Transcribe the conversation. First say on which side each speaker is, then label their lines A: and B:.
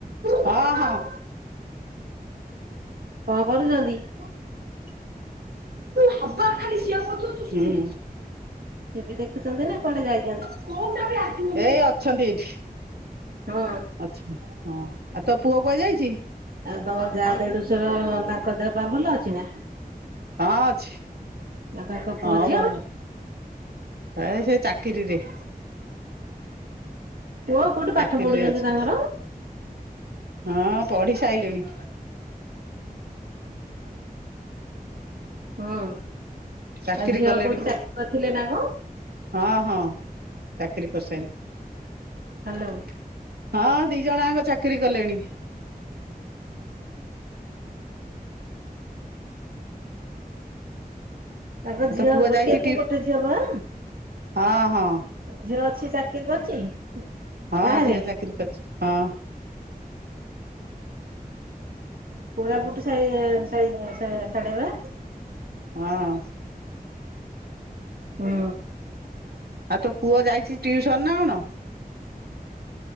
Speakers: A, on the right; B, on the right.
A: ହଁ ହଁ
B: କଣ କରୁଛନ୍ତି
A: <unintelligible> ହବା ଖାଲି <unintelligible> ହୁଁ
B: ଟିଭିି ଦେଖୁଚନ୍ତି ନା କୁଆଡେ ଯାଇଚନ୍ତି?
A: <unintelligible> ଏଇ ଅଛନ୍ତି ଏଇଠି।
B: ହଁଅଁ।
A: ଅଛନ୍ତି ହଁ ଆଉ ତୋ ପୁଅ କୁଆଡେଯାଇଚି?
B: ଆଉ ତମ ଯା ଦେଢୁଶୁର ତାଙ୍କ ଦେହ ପା ଭଲ ଅଛି ନାଁ?
A: ହଁ ଅଛି
B: ଆଉ ତାଙ୍କ ପୁଅ
A: ହଁ
B: ଝିଅ
A: ଭଲ। ଏଁ ସେ ଚାକିରିୀରେ।
B: ପୁଅ କୋଉଠି ପାଠ
A: ଚାକିରିରେ
B: ପଢୁଛନ୍ତି
A: ଅଛି।
B: ତାଙ୍କର।
A: ହଁ ପଢି ସାଇଲିଣି।
B: ହଁ ଆଉ
A: ଚାକିରି
B: ଝିଅ
A: କଲେଣି
B: କୋଉଠି
A: ବା
B: ଚାକିରି କରିଥିଲେ ନାଁ କଅଁ?
A: ହଁ ହଁ ଚାକିରି କରିସାଇଲେଣି।
B: ହାଲୋ
A: ହଁ ଦି ଜଣ ଜାଙ୍କ ଚାକିରି କଲେଣି।
B: ତାଙ୍କ
A: ଆଉ
B: ଝିଅ
A: ତୋ ପୁଅ
B: ର ଗୋଟିଏ
A: ଯାଇଛି
B: ପୁଅ
A: ଟି
B: ଗୋଟେ ଝିଅ ବା।
A: ହଁ ହଁ
B: ଝିଅ ଅଛି ଚାକିରି କରିଛି?
A: ହଁ
B: ବାହାରେ
A: ଝିଅ ଚାକିରୀ କରିଛି। ହଁ
B: ପୁୁରାପୁଟ
A: ଆଉ
B: ସଇ ସା ସା ସାଡେବା
A: ହଁ
B: ହୁଁ
A: ଆଉ ତୋ ପୁଅ ଯାଇଛି ଟ୍ୟୁସନ ନା କଣ?